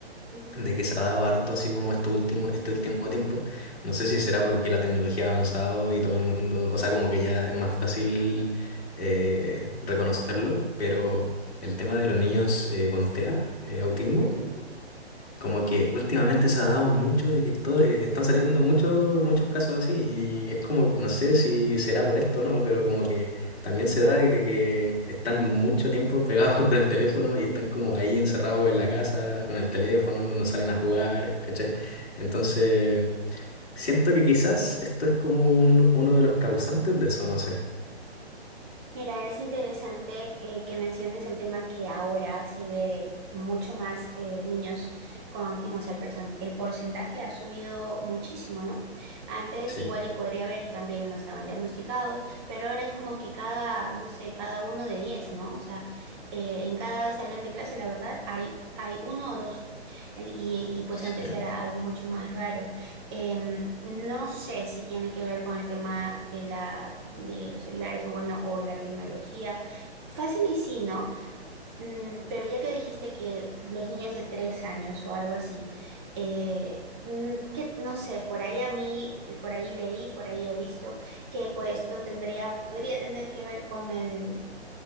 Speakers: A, on the right; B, on the left.
A: Ujú,
B: de que se ha dado harto así como este último, este último tiempo. No sé si será porque la tecnología ha avanzado y todo el mundo, o sea, como que ya es más fácil eh, reconocerlo, pero el tema de los niños eh, con TEA, eh, autismo,
A: ujú.
B: como que últimamente se ha dado mucho de que esto- eh, están saliendo muchos muchos casos así y es como, que no sé si será por esto o no, pero como que también se da de que están mucho tiempo pegados <laughs> con el teléfono y están como ahí encerrados en la casa con el teléfono, no salen a jugar, ¿cachai? Entonces, siento que quizás esto es como un- uno de los causantes de eso, no sé.
A: Mira, es interesante que, que menciones el tema que ahora se ve mucho más eh, niños con autismo, o sea, el, person- el porcentaje ha subido muchísimo, ¿no? Antes
B: Sí,
A: igual y podría haber y también no estaban diagnosticados, pero ahora es como que cada, no sé, cada uno de diez ¿no? O sea, eh, en cada salón de clase, la verdad, hay, hay uno o dos. Eh, Y, y pues
B: sí.
A: antes era algo mucho más raro. Em, no sé si tiene que ver con el tema de la, de los celulares o bueno, o la tecnología. Fácil y sí, ¿no? Mm, pero ya que dijiste que los niños de tres años o algo así, eh, mm, que no sé, por ahí a mí, eh, por ahí leí, por ahí he visto que pues esto tendría, podría tener que ver con el,